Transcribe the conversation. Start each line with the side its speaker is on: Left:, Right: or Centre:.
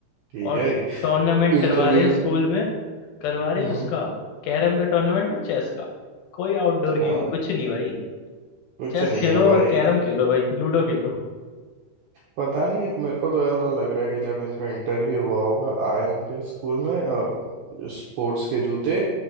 Right: ठीक
Left: और
Right: है
Left: टूर्नामेंट
Right: इंटरव्यू
Left: करवा रहे हैं स्कूल
Right: अच्छा
Left: में करवा रहे
Right: हम्म
Left: हैं उसका कैरम का टूर्नामेंट और चेस का कोई आउटडोर गेम
Right: हाँ
Left: कुछ नहीं भाई
Right: कुछ
Left: चेस
Right: नहीं
Left: खेलो
Right: है भाई
Left: और कैरम खेलो भाई लूडो खेलो
Right: पता नहीं मेरे को तो ऐसा लग रहा है कि जब इनका इंटरव्यू हुआ होगा आए होंगे स्कूल में और स्पोर्ट्स के जूते